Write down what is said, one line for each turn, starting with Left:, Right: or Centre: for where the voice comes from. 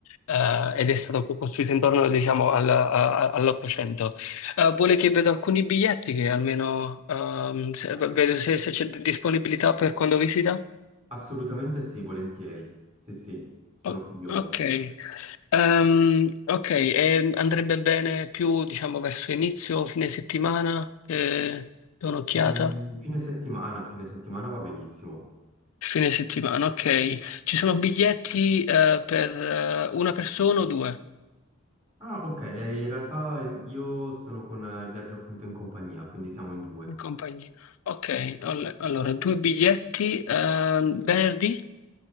Left: eh, ed è stato co- costruito intorno, diciamo, al- a- all'Ottocento. Eh, vuole che vedo alcuni biglietti che almeno ehm, se-
Right: Ass-
Left: vedo se, se c'è disponibilità per quando visita?
Right: assolutamente sì, volentieri. Sì, sì, sono
Left: O-
Right: curioso.
Left: ok, Ehm, ok, e andrebbe bene più, diciamo, verso inizio, fine settimana, che do un'occhiata?
Right: Ehm, fine settimana, fine settimana va benissimo.
Left: Fine settimana, ok. Ci sono biglietti eh, per eh, una persona o due
Right: Ah, ok, eh, in realtà io sono con eh, viaggio appunto in compagnia, quindi siamo in due.
Left: in compagnia? Ok, all- allora due biglietti eh, venerdì?